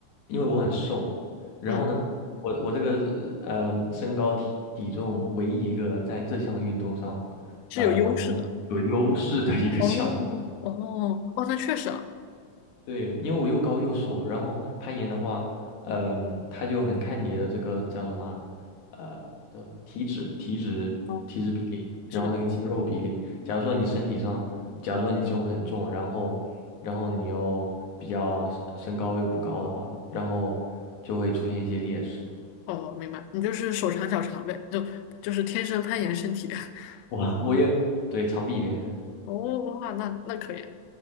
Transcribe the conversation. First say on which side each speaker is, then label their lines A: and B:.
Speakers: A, on the left; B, on the left.
A: 因为我很瘦，然后呢，
B: 嗯，
A: 我我这个呃身高体体重唯一一个在这项运动上，
B: 是有优势的。
A: 呃能有优势的一个项目。
B: 哦哦哦，那确实啊，
A: 对，因为我又高又瘦，然后攀岩的话，嗯，他就很看你的这个叫什么啊呃，叫什么体脂、体脂、
B: 哦，
A: 体脂比例，然后那个肌肉比例。
B: 是的，
A: 假如说你身体上，假如说你体重很重，然后，然后你又比较身身高又不高的话，然后就会出现一些劣势。<laughs>
B: 哦，明白，你就是手长脚长呗，就就是天生攀岩身体。<laughs>
A: 我我也对长臂猿，
B: 哦哇，那那可以。